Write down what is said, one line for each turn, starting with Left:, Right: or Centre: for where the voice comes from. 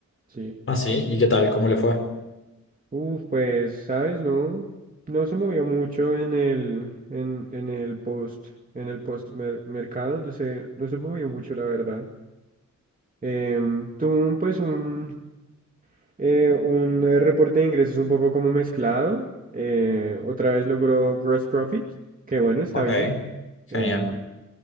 Right: Sí.
Left: Ah, sí, ¿y qué tal? ¿Cómo le fue?
Right: Uf, pues, ¿sabes? No, no se movió mucho en el, en, en el post, en el post mer- mercado, no se, no se movió mucho, la verdad. Em, tuvo pues un, eh, un eh, reporte de ingresos un poco como mezclado. Eh, otra vez logró gross profit, que bueno, está
Left: Ok,
Right: bien.
Left: Genial,
Right: Em,